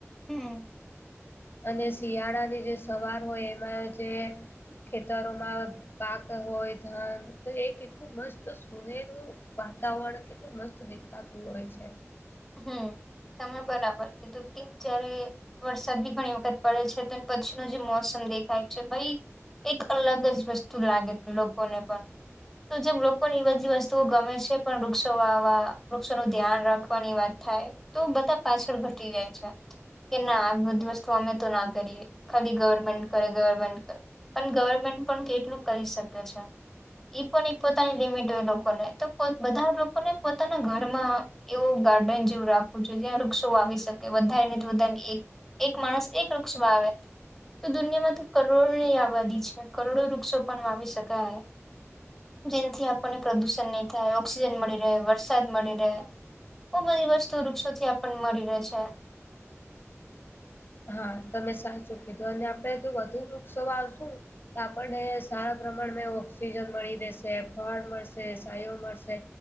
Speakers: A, in the centre; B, on the left.
A: હમ્મ.....
B: અને શિયાળાની જે સવાર હોય એમાં જે ખેતરોમાં... પાક હોય ધન તો એ કેટલું મસ્ત સુનેરું વાતાવરણ... કેટલું મસ્ત દેખાતું હોય છે.
A: હમ્મ તમે બરાબર કીધું કે... જયારે વરસાદ બી ઘણી વખત પડે છે તે પછી ન જે મોસમ દેખાય છે ભાઈ... એક અલગ જ વસ્તુ લાગે લોકોને પણ. તો જેમ લોકોને એ બધી વસ્તુઓ ગમે છે પણ વૃક્ષો વાવા વૃક્ષોનું ધ્યાન રાખવાની વાત... થાય તો બધા પાછળ ઘટી જાય છે, કે ના આ બધી વસ્તુ અમે તો ના કરીએ. ખાલી ગવર્મેન્ટ કરે ગવર્મેન્ટ કરે પણ ગવર્મેન્ટ પણ કેટલું કરી શકે છે? ઈ પણ એક પોતાની લિમિટ હોય લોકોને તો બધા લોકોને પોતાના ઘરમાં... <unintelligible> ગાર્ડન જેવું રાખવું જોઈએ જ્યાં વૃક્ષો આવી શકે ને વધારેને એક... એક માણસ એક વૃક્ષ વાવે તો દુનિયામાં તો કરોડોની આબાદી છે કરોડો વૃક્ષો પણ વાવી શકાય. જેનથી આપણને પ્રદુષણ નહી થાય ઓક્સિજન મળી રહે વરસાદ મળી રહે... બો બધી વસ્તુ વૃક્ષોથી આપણને મળી રહે છે.
B: હા તમે સાચું કીધો અને આપડે જો વધુ વૃક્ષો વાવશું... તો આપણને સારા પ્રમાણમાં ઓક્સિજન મળી રહેેશે ફળ મળશે સાયડો મળશે.